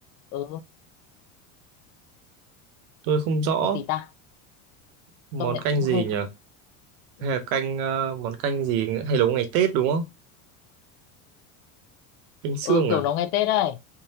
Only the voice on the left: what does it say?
ừ,
còn gì ta?
Công nhận
cũng
hơi
khó. Ừ.
ừ, kiểu
nấu ngày Tết đây.